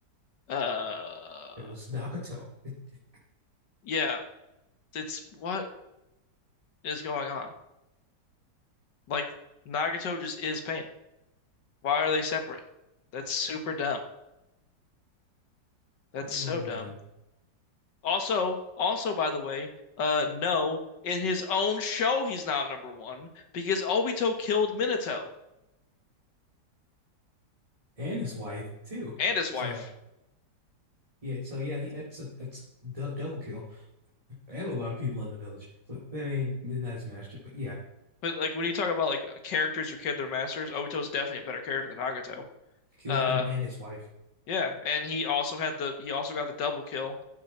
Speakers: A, on the left (about 80°); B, on the right (about 20°).
A: Uh,
B: That was Nagato. <laughs>
A: yeah, it's what is going on? Like Nagato just is pain. Why are they separate? That's super dumb. That's
B: Oh,
A: so
B: man.
A: dumb. Also, also by the way, uh no, in his own show he's not number one because Obito killed Minato
B: And his wife, too.
A: and his
B: So,
A: wife.
B: yeah, so yeah, he, it's a it's du double kill. And a lot of people in the village. So, I mean, not his master, but yeah,
A: But like when you talk about like characters who killed their masters, Obito's definitely a better character than Nagato.
B: killed
A: Uh
B: him and his wife.
A: yeah, and he also had the he also got the double kill